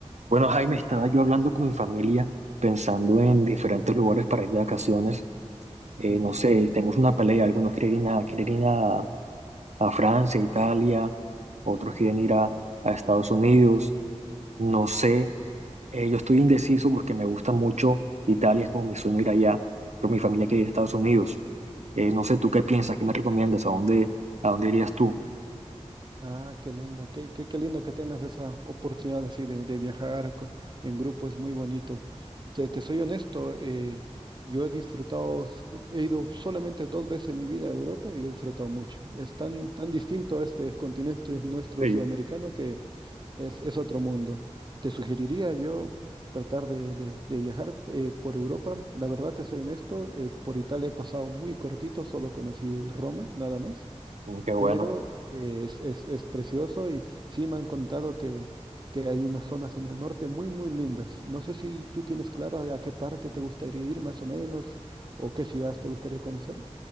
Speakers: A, on the right; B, on the right.
A: Bueno, Jaime, estaba yo hablando con mi familia, pensando
B: Ujú.
A: en diferentes lugares para ir de vacaciones. Eh,
B: Mm,
A: no sé, tenemos una pelea, algunos quieren ir a, quieren ir a, a Francia, Italia, otros quieren ir a, a Estados Unidos. No sé, eh, yo estoy indeciso porque me gusta mucho Italia, es como mi sueño ir allá, pero mi familia
B: mm.
A: quiere ir a Estados Unidos. Eh, no sé, ¿tú qué piensas? ¿Qué me recomiendas? ¿A dónde, a dónde irías tú?
B: Ah, qué lindo, qué, qué, qué lindo que tengas esa oportunidad así de, de viajar co- en grupo, es muy bonito. Te, te soy honesto, eh, yo he disfrutado, s- eh, he ido solamente dos veces en mi vida a Europa y lo he disfrutado mucho. Es tan, tan distinto este continente nuestro
A: Sí,
B: sudamericano que es, es otro mundo. Te sugeriría yo tratar de, de- de viajar eh, por Europa. La verdad, te soy honesto, eh, por Italia he pasado muy cortito, solo conocí Roma, nada más.
A: mm, qué bueno.
B: pero eh, es, es, es precioso y sí me han contado que, que hay unas zonas en el norte muy, muy lindas. No sé si tú tienes claro a, a qué parte te gustaría ir más o menos o qué ciudades te gustaría conocer.